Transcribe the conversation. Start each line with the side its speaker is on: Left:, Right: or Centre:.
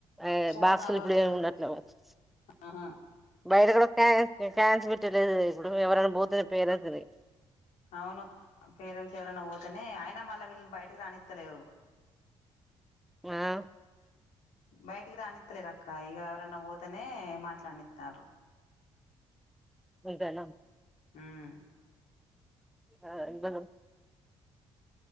Centre: అ
Left: ఫోన్
Centre: బాక్స్
Left: అలో
Centre: లు ఇప్పుడెం
Left: లేదక్క
Centre: ఉండట్లేవ్ కావచ్చు
Left: ఆహా
Centre: బయట గుడా కన్స్ క్యాన్స్ పెట్టలేదు కదా ఇప్పుడు ఎవరన్నా బోతెనే పేరెస్స్ ది
Left: అవును పేరెంట్స్ ఎవరైనా పోతేనే ఆయన మళ్ళా వీళ్ళని బయటికి రానిత్తలేరు
Centre: ఆ
Left: బయటికి రానిత్తలేరు అక్క ఇగా ఎవరన్నా పోతేనే మాట్లానిత్తర్రు
Centre: మీధెనా
Left: మ్మ్
Centre: ఆ అందను